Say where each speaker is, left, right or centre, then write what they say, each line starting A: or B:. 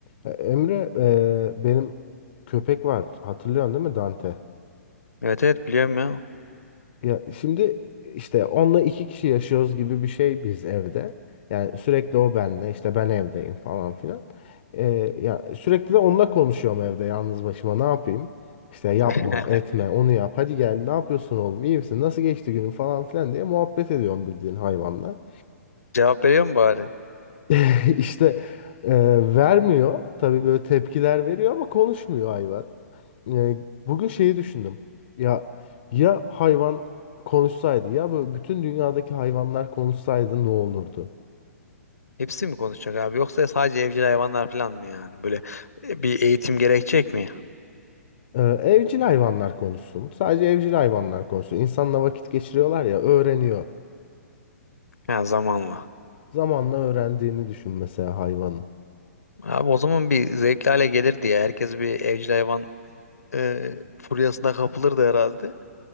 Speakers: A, on the left; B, on the left.
A: E, Emre, e, benim köpek var. Hatırlıyorsun değil mi Dante?
B: Evet evet biliyorum ya.
A: Ya şimdi işte onunla iki kişi yaşıyoruz gibi bir şey biz evde. Yani sürekli o benle, işte ben evdeyim falan filan. E, ya sürekli de onunla konuşuyorum evde yalnız başıma. Ne yapayım? İşte yapma,
B: <laughs>
A: etme, onu yap. Hadi gel, ne yapıyorsun oğlum? İyi misin? Nasıl geçti günün falan filan diye muhabbet ediyorum bildiğin hayvanla.
B: Cevap veriyor mu bari?
A: <laughs> İşte e, vermiyor. Tabii böyle tepkiler veriyor ama konuşmuyor hayvan. E, bugün şeyi düşündüm. Ya ya hayvan konuşsaydı ya böyle bütün dünyadaki hayvanlar konuşsaydı ne olurdu?
B: Hepsi mi konuşacak abi? Yoksa sadece evcil hayvanlar falan mı yani? Böyle e, bir eğitim gerekecek mi?
A: E, evcil hayvanlar konuşsun. Sadece evcil hayvanlar konuşsun. İnsanla vakit geçiriyorlar ya öğreniyor.
B: Ha zamanla.
A: Zamanla öğrendiğini düşün mesela hayvanın.
B: Abi o zaman bir zevkli hale gelir diye herkes bir evcil hayvan e, furyasına kapılırdı herhalde.